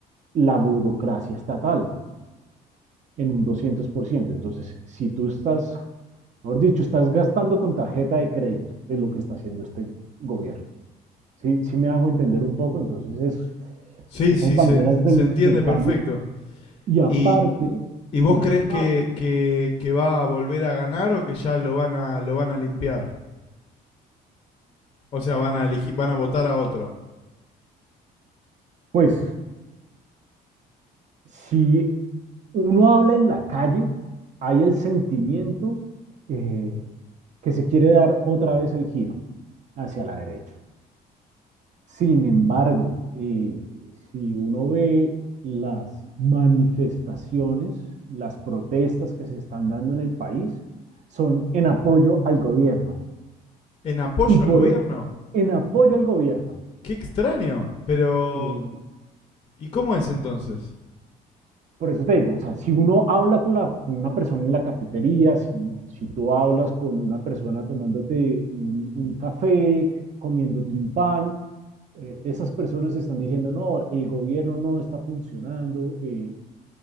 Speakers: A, on the right; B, on the left.
A: la burocracia estatal en un doscientos por ciento Entonces, si tú estás, mejor dicho, estás gastando con tarjeta de crédito, es lo que está haciendo este gobierno. Si, si me hago entender un poco, entonces es,
B: Sí,
A: esas
B: sí,
A: banderas
B: se,
A: del,
B: se entiende
A: del
B: perfecto.
A: cambio Y aparte,
B: ¿Y, y vos
A: y aparte,
B: crees que, que- que va a volver a ganar o que ya lo van a, lo van a limpiar? O sea, van a, elegir, van a votar a otro.
A: pues si uno habla en la calle, hay el sentimiento eh, que se quiere dar otra vez el giro hacia la derecha. Sin embargo, eh, si uno ve las manifestaciones, las protestas que se están dando en el país, son en apoyo al gobierno.
B: ¿En apoyo
A: Y por
B: al gobierno?
A: ot- en apoyo al gobierno.
B: Qué extraño. Pero,
A: Eh,
B: ¿y cómo es entonces?
A: por eso te digo, o sea, si uno habla con, la- con una persona en la cafetería, si, si tú hablas con una persona tomándote un, un café, comiéndote un pan, eh, esas personas están diciendo, no, el gobierno no está funcionando, eh,